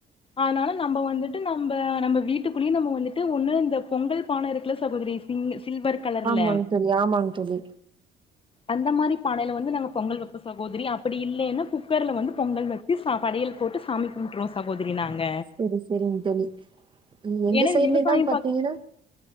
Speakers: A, on the left; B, on the right.
A: ஆனாலு நம்ப வந்துட்டு நம்ப நம்ப வீட்டுக்குள்ளியே நம்ப வந்துட்டு ஒண்ணு இந்த பொங்கல் பான இருக்குல சகோதரி சிங் சில்வர் கலர்ல
B: ஆமாங் தோழி ஆமாங் தோழி
A: அந்த மாரி பானையில வந்து நாங்க பொங்கல் வெப்பொ சகோதரி அப்பிடி இல்லேன்ன குக்கர்ல வந்து பொங்கல் வெ கு ச படயல் போட்டு சாமி கும்ரோ சகோதிரி நாங்க
B: சரி சரிங் தோழி எங்க
A: ஏன்னா
B: சைட்லல்லா
A: விவசாயம்
B: பாத்தீங்கின்னா
A: பாக்க